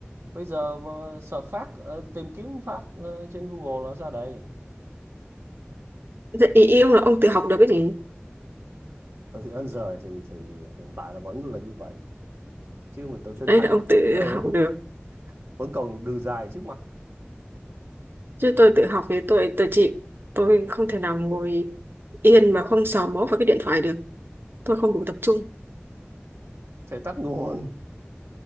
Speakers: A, on the right; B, on the right.
A: bây giờ mà search phát ờ, tìm kiếm phát ờ, trên Google là ra đây
B: ý, ý ông là ông tự học được cái gì
A: ừ thì ơn giời thì thì hiện tại là vẫn là như vậy chứ mình tự tin
B: đấy
A: thấy
B: là ông tự
A: <laughs>
B: học được
A: vẫn còn đường dài trước mặt
B: chứ tôi tự học thì tôi tôi chịu tôi không thể nào ngồi yên mà không sờ mó vào cái điện thoại được tôi không đủ tập trung
A: thể tắt nguồn